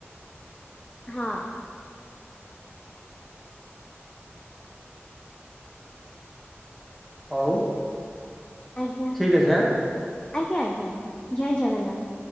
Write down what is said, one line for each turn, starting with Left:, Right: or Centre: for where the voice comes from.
Left: ହଁ।
Centre: ହଉ।
Left: ଆଜ୍ଞା
Centre: ଠିକ ଅଛି ଆଁ
Left: ଆଜ୍ଞା ଆଜ୍ଞା ଜୟ ଜଗନ୍ନାଥ।